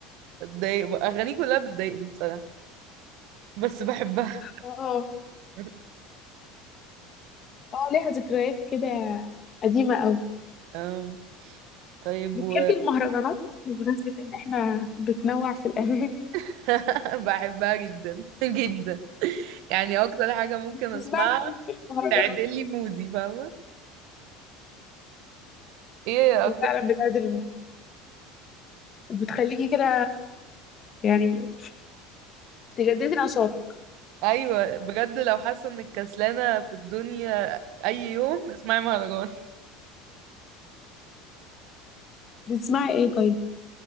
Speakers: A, on the right; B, on the left.
A: اتضايق بقى. اغانيه كلها بتضايقني بصراحة بس بحبها
B: اه
A: <laughs>
B: اه ليها ذكريات كده قديمة أوي
A: اه طيب
B: بتحبي
A: و
B: المهرجانات بمناسبة إن احنا بتنوع في الأغاني
A: <laughs> بحبها جدا <laughs> جدا يعني اكتر حاجة ممكن
B: <laughs> بتسمعي
A: اسمعها
B: مين في المهرجانات
A: تعدل لي مودي فاهمة ايه
B: وفعلا
A: اكتر
B: بتعدل المود وبتخليكي كده يعني تجددي نشاطك
A: ايوه بجد لو حاسة انك كسلانة في الدنيا اي يوم اسمعي مهرجان
B: بتسمعي ايه طيب؟